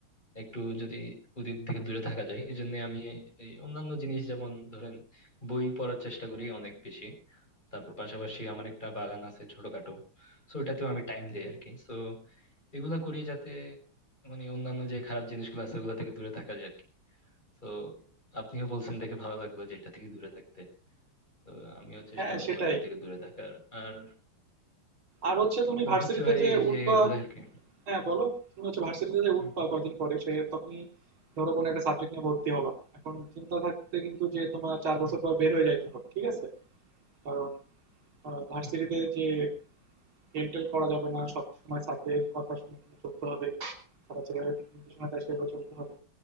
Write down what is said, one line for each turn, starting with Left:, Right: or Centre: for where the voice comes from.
Left: একটু যদি ওদের থেকে দূরে থাকা যায় এই জন্য আমি এই অন্যান্য জিনিস যেমন ধরেন বই পড়ার চেষ্টা করি অনেক বেশি তারপর পাশাপাশি আমার একটা বাগান আছে ছোটখাটো সো ওটাতেও আমি টাইম দেই আর কি সো এগুলা করি যাতে মানে অন্যান্য যে খারাপ জিনিসগুলো আছে ওগুলা থেকে দূরে থাকা যায় আর কি তো আপনিও বলছেন দেখে ভালো লাগলো যে এটা থেকে দূরে থাকতে তো আমিও চেষ্টা
Right: হ্যাঁ,
Left: করবো
Right: সেটাই।
Left: এগুলা থেকে দূরে থাকার আর
Right: আর হচ্ছে তুমি
Left: আর
Right: ভার্সিটিতে
Left: হচ্ছে ভাই
Right: যে
Left: এই যে
Right: উঠবা
Left: এগুলো আর কি
Right: হ্যাঁ, বলো? তুমি হচ্ছে ভার্সিটিতে যে উঠবা
Left: হম
Right: কয়দিন পরে সে তুমি ধরো কোনো একটা সাবজেক্ট নিয়ে ভর্তি হবা। এখন চিন্তা থাকতে কিন্তু যে তোমার ৪ বছর
Left: হুম
Right: পর বের হয়ে যাইতে হবে। ঠিক আছে? কারণ আ ভার্সিটিতে
Left: হুম হুম
Right: যে হেলটেল করা যাবে না, সবসময় স্যারদের কথা শুনে কিন্তু চলতে হবে, স্যাররা যেভাবে দিক নির্দেশনা দেয় সেভাবে চলতে হবে।